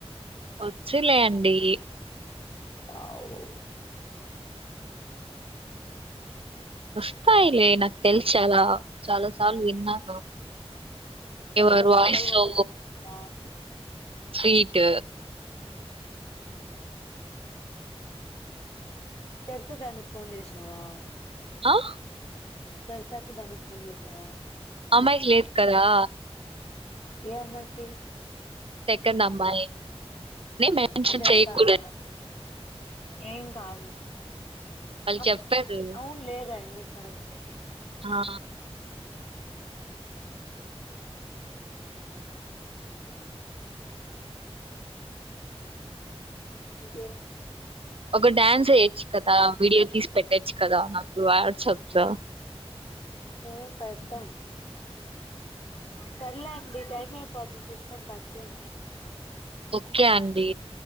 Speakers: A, on the right (about 60°); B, on the left (about 65°).
A: వచ్చులే అండి
B: రావు
A: వస్తాయిలే నాకు తెలుసు చాలా చాలా సార్లు విన్నాను
B: చెంప
A: యువర్ వాయిస్
B: పగలుకొడతాను
A: సో
B: రావు
A: స్వీట్
B: చరిత దానికి ఫోన్ చేసినావా
A: ఆహ్
B: చరితకి దానూక్ ఫోన్ చేసావా
A: అమ్మాయికి లేదు కదా
B: ఏ అమ్మాయికి
A: సెకండ్ అమ్మాయి నేను
B: చరి
A: మెన్షన్
B: చరితాకా
A: చేయకూడదు
B: ఏం కాదులే
A: వాళ్ళు
B: ఆమె
A: చెప్పారు
B: చెప్తదిలే అవును లేదండి కరెక్ట్టే
A: ఆ
B: ఓకే
A: ఒక డడాన్స్ అయొచ్చు కదా వీడియో తీసి పెట్టచ్చు కదా నాకు వాట్సాప్ లో
B: ఉమ్మ్ పెడతాను సర్లేండి టైం అయిపోతుంది చూసుకొని ఖట్ చేయండి
A: ఓకే అండి